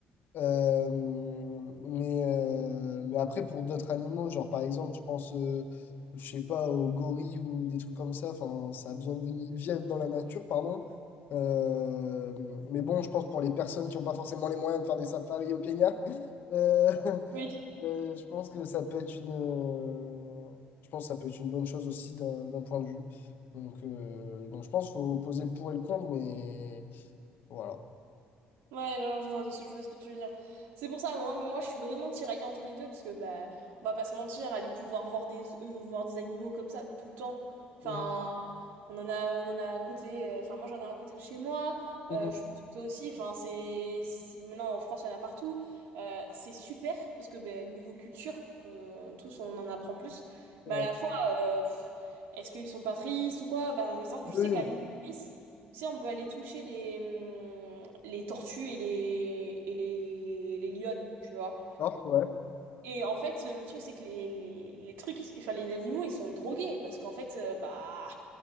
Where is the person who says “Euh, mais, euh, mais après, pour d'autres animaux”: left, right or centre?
Left